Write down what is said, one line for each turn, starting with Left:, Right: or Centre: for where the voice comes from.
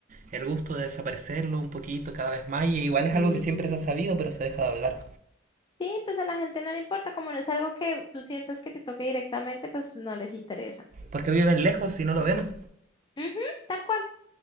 Right: el gusto de desaparecerlo un poquito cada vez más y igual
Left: Sí.
Right: es algo que siempre se ha sabido pero se deja de hablar.
Left: Sí, pues a la gente no le importa, como no es algo que tú sientas que te toque directamente, pues no les interesa. Entonces,
Right: Porque viven lejos y no lo ven.
Left: ujú, tal cual.